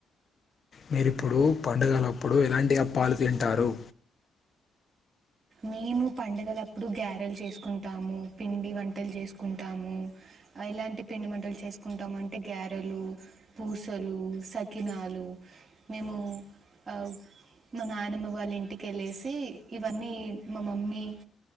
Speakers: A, on the left; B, on the right.
A: మీరిప్పుడు పండుగలప్పుడు ఎలాంటి అప్పాలు తింటారు
B: మేము పండగలప్పుడు గ్యారెలు చేసుకుంటాము పిండి వంటలు చేసుకుంటాము ఎలాంటి పిండి మంటలు చేసుకుంటామంటే గారెలు పూసలు సాక్కినాలు మేము ఆ మా నానమ్మ వాళ్ళ ఇంటికి ఎళ్ళేసి ఇవన్నీ మా మమ్మీ